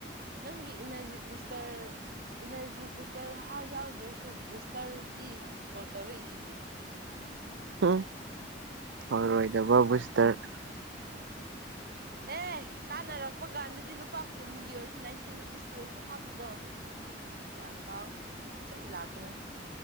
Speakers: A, on the right (about 55°); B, on the right (about 85°).
A: ꯅꯪꯒꯤ ꯏꯅꯔꯖꯤ ꯕꯨꯁꯇꯔ ꯏꯅꯔꯖꯤ ꯕꯨꯁꯇꯔ ꯍꯥ ꯌꯥꯎꯗ꯭ꯔꯁꯨ ꯕꯨꯁꯇꯔꯒꯤ ꯀꯣꯜ ꯇꯧꯔꯛ ꯏꯁꯤꯗꯤ
B: ꯍꯣꯏ ꯑꯣꯢꯔꯣꯏꯗꯕ ꯕꯨꯁꯇꯔ <inaudible>
A: ꯑꯦ ꯀꯥꯟꯅꯔꯛꯄ ꯀꯥꯟꯗꯗꯤ ꯂꯨꯄꯥ ꯀꯨꯟꯒꯤ ꯑꯣꯏꯔꯁꯨ ꯅꯥꯏꯟꯇꯤꯟ ꯔꯨꯄꯤꯁꯀꯤ ꯑꯣꯏꯔꯁꯨ ꯍꯥꯞꯄꯗꯣ ꯒ꯭ꯌꯥꯟ ꯇꯥꯎ ꯆꯩ ꯂꯥꯛꯀꯅꯤ